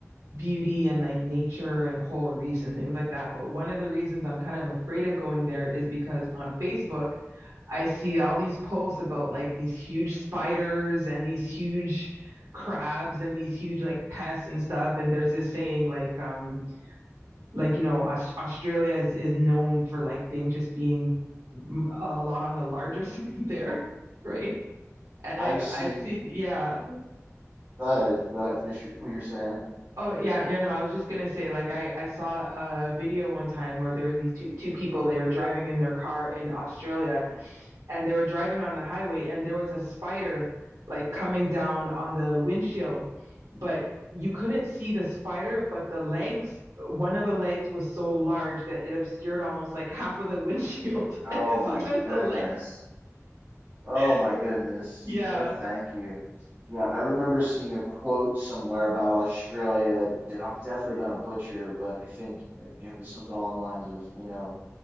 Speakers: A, on the right; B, on the right.
A: beauty and like nature and coral reefs and things like that. But one of the reasons I'm kind of afraid of going there is because on Facebook, I see all these posts about like these huge spiders and these huge crabs and these huge like pests and stuff. And there's this saying like, um, like you know, Aus- Australia is, is known for like things just being mm, a lot on the larger side there, <laughs> right? And
B: I've
A: I've
B: seen.
A: I've seen, yeah.
B: Go ahead. Go ahead. Finish your, what you're saying.
A: Oh yeah, yeah, no, I was just gonna say, like I, I saw a video one time where there were these two two people, they were driving in their car in Australia and they were driving on the highway and there was a spider like coming down on the windshield, but you couldn't see the spider, but the legs, one of the legs was so large that it obscured almost like <laughs> half of the windshield. <laughs>
B: Oh
A: And this
B: my
A: was just
B: goodness.
A: the leg.
B: Oh
A: <laughs>
B: my goodness.
A: Yeah.
B: No, thank you. Yeah, I remember seeing a quote somewhere about Australia that I'm definitely gonna butcher, but I think uh, it was something along the lines of, you know,